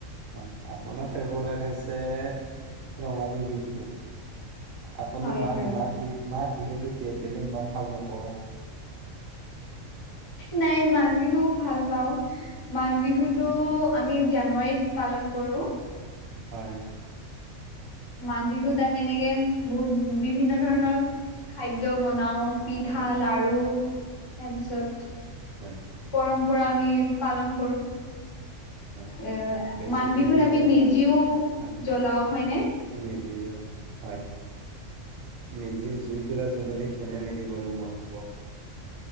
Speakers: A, on the right; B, on the left.
A: হয়, আপোনাৰ ফেভৰেট হৈছে ৰঙালী বিহু। আপুনি
B: হয়
A: মাঘ-মাঘ
B: হয়
A: বিহু, মাঘ বিহুত <unintelligible> কেলে ইমান ভাল নোপোৱা?
B: নাই মাঘ বিহু ভাল পাওঁ। মাঘ বিহুতটো আমি জানুৱাৰীত পালন কৰোঁ।
A: হয়।
B: মাঘ বিহুত আমি এনেকে বহুত বিভিন্ন ধৰণৰ খাদ্য বনাও। পিঠা,
A: হয়
B: লাডু। তাৰপিছত
A: হয়
B: পৰম্পৰা আমি পালন কৰো।
A: হয়
B: এ
A: বেচিকেলি
B: মাঘ বিহুত আমি মেজিও
A: হয়
B: জ্বলাও। হয় নে?
A: মেজি জুই, হয়, মেজিৰ জুই কুৰা জ্বলিলে কেনে লাগে বাৰু মন বোৰ?